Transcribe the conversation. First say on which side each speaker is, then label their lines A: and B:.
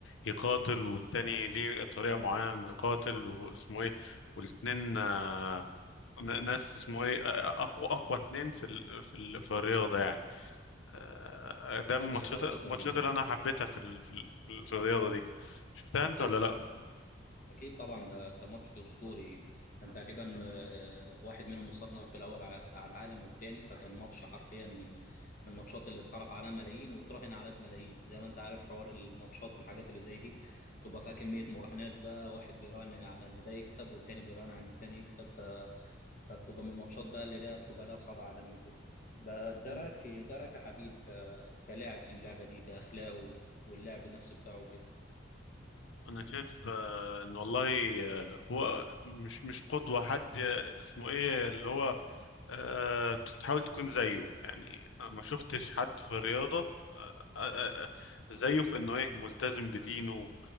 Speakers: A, on the left; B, on the left.
A: يقاتل والتاني ليه طريقه معينه انه يقاتل واسمه ايه والاتنين آه، ن- ناس اسمه ايه اقوى اقوى اتنين في ال... في ال... في الرياضه يعني آه، ده
B: اه
A: من
B: بالظبط
A: الماتشات الماتشات
B: كان
A: اللي
B: آه،
A: انا حبيتها في ال... في ال... في ال- في الرياضه دي شفتها
B: اكيد
A: انت ولا
B: طبعا
A: لا
B: اكيد طبعا ده كان ماتش اسطوري كان تقريبا آه، آه، واحد منهم مصنف الاول على على العالم والتاني فكان ماتش حرفيا من من الماتشات اللي اتصرف عليها ملايين وتراهن عليها بملايين زي ما انت عارف حوار الماتشات والحاجات اللي زي دي تبقى فيها كميه مراهنات بقى واحد بيراهن على ان ده يكسب والتاني بيراهن على ان التاني يكسب ف فبتبقى من الماتشات بقى اللي لها بتبقى لها صدى عالمي وكده بقى انت
A: مم.
B: إيه رايك في انت إيه رايك يا حبيب ك... كلاعب في اللعبه دي كاخلاقه واللعب نفسه بتاعه كده
A: انا شايف آه، ان والله آه، هو مش مش قدوة حد آه، اسمه ايه اللي هو آه، تحاول تكون زيه يعني أنا ما شفتش حد في الرياضة آه، آه، آه، آه، زيه في انه ايه ملتزم بدينه